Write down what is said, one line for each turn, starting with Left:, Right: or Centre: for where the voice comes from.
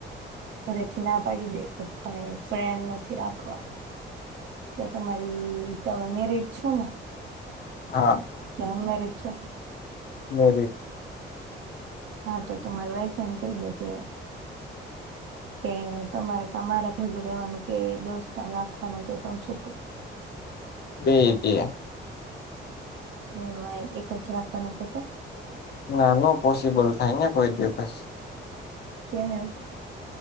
Right: ઘરેથી ના પાડી દે કે્પા એ ફ્રેન્ડ નથી રાખવા કે તમારી તમે મેરીડ છો ને?
Left: હા.
Right: કે અનમેરીડ છો?
Left: મેરીડ.
Right: હા તો તમાર વાઈફ એમ કઈ દે કે કે તમારે તમારા ભેગું રેવાનું કે દોસ્તાન રાખવાનું તો તમ શું કરો?
Left: બે ઈ તે.
Right: હમ્મ આઈ એક જ રાખવાનું કે તો?
Left: ના નો પોસિબલ થાય ને કોઈ દિવસ.
Right: કેમ એવું?